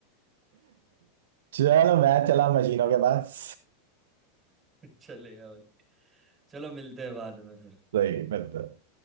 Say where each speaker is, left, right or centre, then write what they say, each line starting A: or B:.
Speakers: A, on the right (about 75°); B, on the right (about 25°).
A: चलो मैं चला मशीनों के पास
B: चलेगा भाई चलो मिलते हैं बाद में फिर
A: सही मतलब